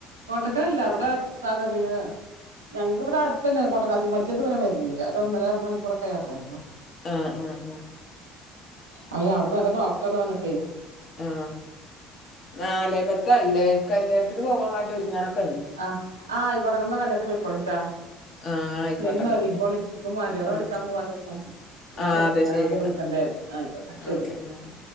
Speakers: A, on the right; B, on the left.
A: കോട്ടക്കല് അല്ല ഇവിടെ <unintelligible> പിന്നെ ഞങ്ങക്ക് ഇവിടെ അടുത്ത തന്നെ കോട്ട <unintelligible> അതിക ദൂരം വരുന്നില്ല ഒരു ഒന്നര മണിക്കൂറൊക്കെ യാത്രയ
B: ആ ആ അ
A: അവന് അവിടെത്തെ നല്ല ഡോക്ടർ പറഞ്ഞപ്പോയെ
B: ആ നാലേ പത്ത് ആയില്ലേ കല്ല്യാണത്തിന് പോവാൻ വേണ്ടി ഒരുങ്ങാ
A: ആ ആയിക്കോട്ടെ നിങ്ങള് കല്യാണത്തിന് പോയിക്കൊളിൻ ട്ടാ
B: ആ ആയിക്കോട്ടെ
A: ശെരിന്ന
B: എന്നാ
A: ഒരിങ്ങി
B: ഉം,
A: കോളിൻ എനിക്ക് മരുളെ
B: ആ,
A: വിളിക്കാൻ
B: ഓക്കെ
A: പോവാനുണ്ട് ഇപ്പോ എന്നാ
B: ആ
A: ശരി
B: അതെ
A: രാവിലെ
B: എന്നാ
A: വിളിക്കണ്ട്
B: ഉം,
A: ഞാൻ ആയിക്കോട്ടെ ശരിയെന്നാ
B: ഓക്കെ ഉം.